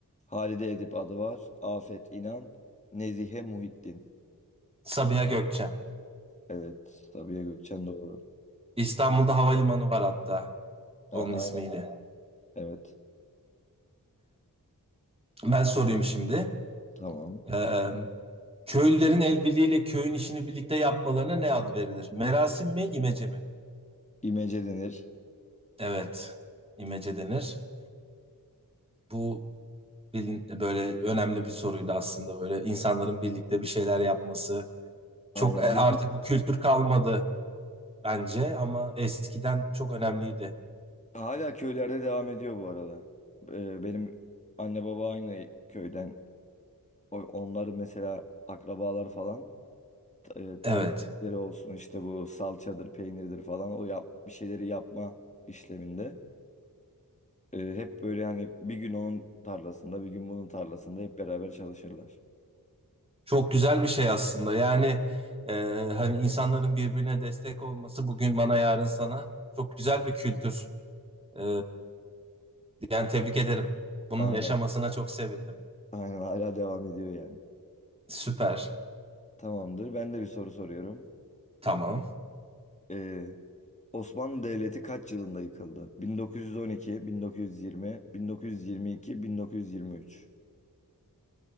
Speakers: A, on the left; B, on the right.
A: Halide Edip Adıvar, Afet İnan, Nezihe Muhittin.
B: Sabiha Gökçen.
A: Evet Sabiha Gökçen doğru.
B: İstanbul'da havalimanı var hatta
A: A-
B: onun
A: Aynen.
B: ismiyle.
A: Evet.
B: Ben sorayım şimdi.
A: Tamam.
B: Ee, köylülerin el birliğiyle köyün işini birlikte yapmalarına ne ad verilir? Merasim mi, imece mi?
A: İmece denir.
B: Evet, imece denir. Bu bilin- böyle önemli bir soruydu aslında böyle insanların birlikte bir şeyler yapması, Çok
A: Aynen.
B: e,
A: Bizim
B: artık bu kültür kalmadı bence ama eskiden çok önemliydi.
A: hala köylerde devam ediyor bu arada. Ee, benim anne baba aynı köyden. O- Onlar mesela akrabalar falan T- e, tarla
B: Evet.
A: işleri olsun işte bu salçadır, peynirdir falan o yap bir şeyleri yapma işleminde. e, hep böyle hani bir gün onun tarlasında, bir gün bunun tarlasında hep beraber çalışırlar.
B: Çok güzel bir şey aslında. Yani e, hani insanların birbirine destek olması bugün bana yarın sana çok güzel bir kültür. E, yani tebrik ederim. Bunun
A: Aynen.
B: yaşamasına çok sevindim.
A: Aynen hala devam ediyor yani.
B: Süper.
A: Tamamdır. Ben de bir soru soruyorum.
B: Tamam.
A: Ee, Osmanlı Devleti kaç yılında yıkıldı? 1912, 1920, 1922, 1923.